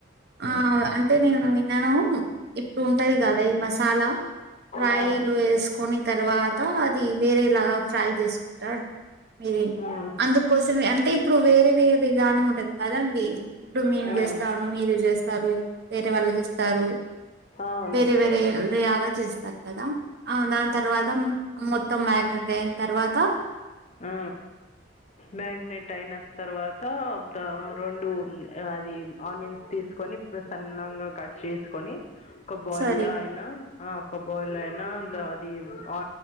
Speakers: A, on the right; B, on the left.
A: ఆ అంటే నేను విన్నాను ఇప్పుడు ఉంటయ్ కదా ఈ మసాలా ఫ్రైలు
B: ఆ
A: వేసుకొని తర్వాత ఇది వేరే లాగా ఫ్రై చేసుకుంటా ఇది
B: ఆ
A: అందుకోసం అంటే ఇప్పుడు వేరే వేరే విధానం ఉంటది కదా అండి ఇప్పుడు మేమె
B: ఆ
A: చేస్తాను మీరే చేస్తారు వేరే వాళ్ళు చేస్తారు
B: అవును
A: వేరే వేరే ర్యాగా చేస్తారు కదా ఆ దాన్ తర్వాత ఉమ్ మొత్తం మ్యాగ్నెట్ అయిన్ తర్వాత
B: ఆ మ్యాగ్నేట్ అయిన తర్వాత త రెండు అది ఆనియన్స్ తీసుకొ కొని ప్ సన్నంగా కట్ చేసుకొని ఒక్క బాయిల్లో
A: సరే
B: అయినా ఆ ఒక్క బాయిల్లో అయినా అది ఆ